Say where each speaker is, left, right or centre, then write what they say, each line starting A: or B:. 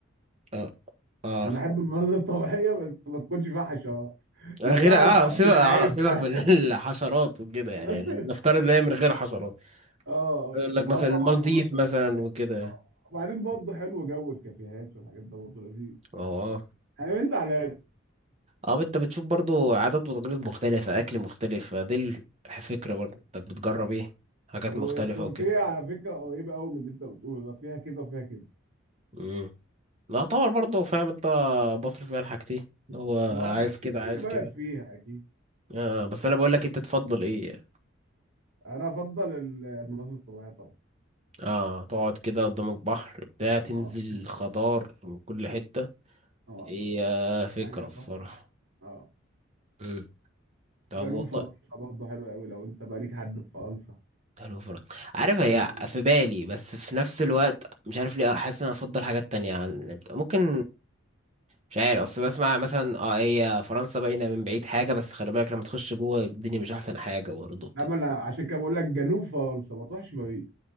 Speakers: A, on the right (about 35°); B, on the right (about 85°).
A: اه اه
B: انا احب المناظر الطبيعيه بس ما تكونش فيها حشرات
A: آه،
B: لو
A: غير
B: فيها حشرات
A: اه سيبك
B: مش
A: اه
B: عايزها
A: سيبك من <laughs> الحشرات وكده يعني
B: <laughs>
A: نفترض لا هي من غير حشرات
B: اه
A: يقول لك
B: اه
A: مثلا
B: طبعا
A: المالديف
B: المناظر
A: مثلا
B: الطبيعية.
A: وكده
B: آه. وبعدين برضه حلو جو الكافيهات والحاجات ده برضه لذيذ
A: اه آه.
B: انا من ده على ده
A: اه انت بتشوف برضو عادات وتقاليد مختلفة اكل مختلف دي الفكرة برضو انك بتجرب ايه حاجات
B: وتركيا
A: مختلفة وكده
B: على فكره قريبه قوي من اللي انت بتقوله ده فيها كده وفيها كده
A: امم يعتبر برضو فاهم انت بصرف فيها الحاجتين اللي هو
B: اه
A: عايز
B: ما اكيد
A: كده
B: كل
A: عايز
B: بلد
A: كده
B: فيها اكيد
A: اه بس انا بقول لك انت تفضل ايه
B: انا افضل ال- المناظر الطبيعيه طبعا
A: اه تقعد كده قدامك بحر بتاع تنزل
B: اه <laughs>
A: خضار
B: فعلا.
A: من كل حتة
B: اه
A: هي فكرة
B: الحاجه تحفه
A: الصراحة
B: اه
A: امم طب
B: جنوب
A: والله
B: فرنسا برضه حلوه قوي لو انت بقى ليك حد في فرنسا
A: حلو فرق عارف هي
B: جنوب
A: في بالي بس في نفس الوقت مش عارف ليه حاسس ان انا افضل حاجات تانية عن ممكن مش عارف اصل بسمع مثلا اه هي فرنسا باينه من بعيد حاجه بس خلي بالك لما تخش جوه الدنيا مش احسن حاجه برضه
B: لما
A: كده
B: انا عشان كده بقول لك جنوب فرنسا ما تروحش باريس